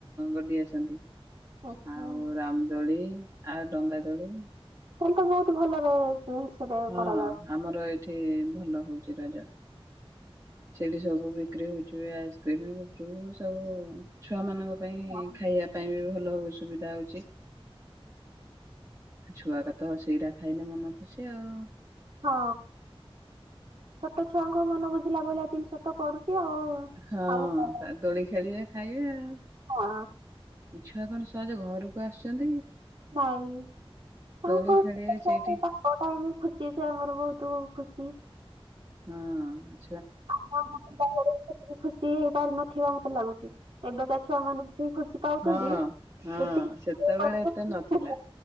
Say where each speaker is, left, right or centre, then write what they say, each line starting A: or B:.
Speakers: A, on the right; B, on the right.
A: ଗଡି ଆସନ୍ତି ।
B: ଆଚ୍ଛା ।
A: ଆଉ ରାମ ଦୋଳି ଆଉ ଡଙ୍ଗା ଦୋଳି
B: ତାହେଲ ତ ବହୁତ ଭଲରେ ସେ- ସେଟା
A: ହଁ
B: କରାଯାଉଛି
A: ଆମର ଏ। ଏଠେ ଭଲ ହଉଛି ରଜା। ସେଠି ସବୁ ବିକ୍ରି ହଉଛି ଆଇସ୍କ୍ରିମ ଗୁପଚୁପ ସବୁ ଛୁଆମାନଙ୍କ ପାଇଁ
B: ଆଉ।
A: ଖାଇବା ପାଇଁ ବି ଭଲ ସୁବିଧା ହଉଛି ଛୁଆ ଗାତ ସେଇଟା ଖାଇଲେ ମନ ଖୁସି ଆଉ।
B: ହଁ ଛୋଟ ଛୁଆଙ୍କ ମନ ବୁଝିଲା ଭଳିଆ ଜିନିଷ ତ ପଡୁଛି। ଆଉ
A: ହଁ
B: ଆଉ କଣ?
A: ଦୋଳି ଖେଳିବେ ଖାଇବେ ଆଉ।
B: ହଁ
A: ଏ ଛୁଆ କଣ ସହଜ ଘରକୁ ଆସୁଛନ୍ତି।
B: ନାଇଁ ତାଙ୍କ
A: ଦୋଳି ଖେଳିବେ
B: ତାଙ୍କ
A: ସେଇଠି
B: ପାଇଁ ବି ଖୁସି ସେଙ୍କର ବହୁତ ଖୁସି।
A: ହୁଁ
B: ଆମ ମ ଖୁସି <unintelligible> ହେଇପାରୁ ନଥିବା ମତେ ଲାଗୁଛି। ଏବେକା ଛୁଆ ମାନଙ୍କୁ ବି ଖୁସି ପାଉଛନ୍ତି
A: ହଁ ହଁ
B: ଯେତିକି
A: ସେତେବେଳେ ଏତେ ନଥିଲା।